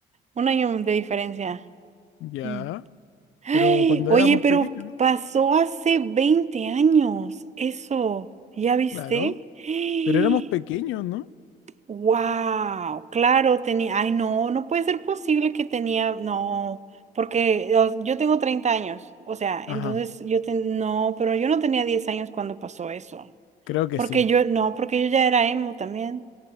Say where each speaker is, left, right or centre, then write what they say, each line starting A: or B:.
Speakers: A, on the right (about 35°); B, on the left (about 80°).
A: un año de diferencia.
B: Ya.
A: Mm. Ay,
B: Pero cuando
A: oye,
B: éramos
A: pero
B: pequeños, ¿no?
A: pasó hace 20 años. Eso, ¿ya viste?
B: Claro.
A: <gasps>
B: Pero éramos pequeños, ¿no?
A: Wow, claro, tenía, ay no, no puede ser posible que tenía, no, porque o- yo tengo 30 años, o sea, entonces
B: Ajá.
A: yo ten- no, pero yo no tenía 10 años cuando pasó eso,
B: Creo que
A: porque
B: sí.
A: yo, no, porque yo ya era emo también.